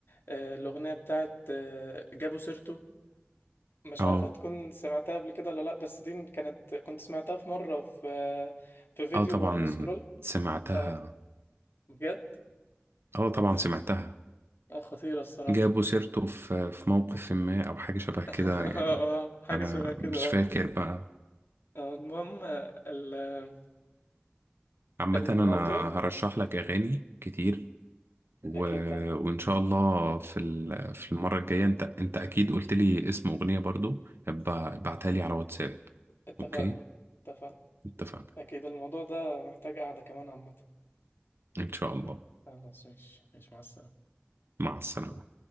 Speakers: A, on the left; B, on the right.
A: آه، الاغنيه بتاعت آه، جابوا سيرته مش
B: أه
A: عارف هتكون سمعتها قبل كده ولا لا بس دي كانت كنت سمعتها في مره في آه، في فيديو
B: أه طبعا
A: وانا بسكرول
B: سمعتها
A: اه بجد
B: أه طبعا سمعتها
A: آه، خطيره الصراحه
B: جابوا سيرته في في موقف ما أو حاجة شبه
A: <laughs>
B: كده يعني
A: اه اه حاجه
B: أنا
A: شبه كده
B: مش
A: اه
B: فاكر بقى
A: آه، المهم آه، ال- آه،
B: عامة
A: الموضوع
B: أنا هرشح لك أغاني كتير و...
A: اكيد طبعا
B: وان شاء الله في ال... في المره الجايه انت انت اكيد قلت لي اسم اغنيه برضو ابع- ابعتها لي على واتساب
A: اتفقنا
B: اوكي
A: اتفقنا
B: اتفقنا
A: أكيد الموضوع ده محتاج قعدة كمان عامة
B: ان شاء الله
A: خلاص مش مش مع السلامة
B: مع السلامه